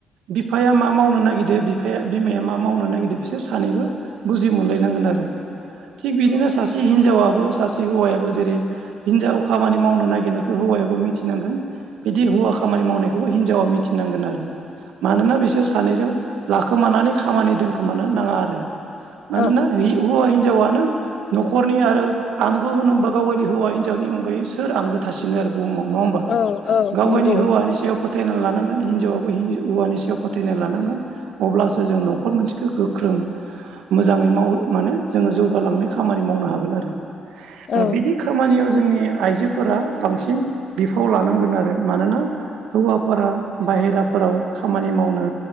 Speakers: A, on the right (about 80°); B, on the left (about 60°).
A: बिफाया मा मावनो नागिरदो बिफाया बिमाया मा मावनो नागिरदो बि- सोर सानैबो बुजिमोनलायनांगोन आरो थिग बिदिनो सासे हिन- जावआबो सासे हौवायाबो जेरै हिनजाव खामानि मावनो नायगिरनायखौ हौवायाबो मिथिनांगोन। बिदि हौवा खामानि मावनायखौबो हिन- जावा मिथिनांगोन आरो मानोना बिसोर सानैजों लाखोमानानै खामानि दोनखोमानो नाङा आरो। मानोना
B: औ
A: हि हौवा हिजावनो न'खरनि आरो आंगो होनोबा गावनि हौवा नि अनगायै सोर आंगो थासिनो आरो बुहुमाव नङा होनबा
B: औ औ
A: गाव गावनि
B: नंगौ
A: हौवानि सायाव फो थायना लानांगोन हिनजावाबो हौवानि सायाव फोथायना लानांगोन अब्लासो जों नखर मोनसेखौ गोख्रों मोजाङै माव माने जोङो जौगालांनाय खामानि मावनो हागोन आरो।
B: औ
A: बिदि खामानियाव जोंनि आइजोफोरा बांसिन बिफाव लानांगोन आरो मानोना हौवाफोरा बाहेराफोराव खामानि मावनो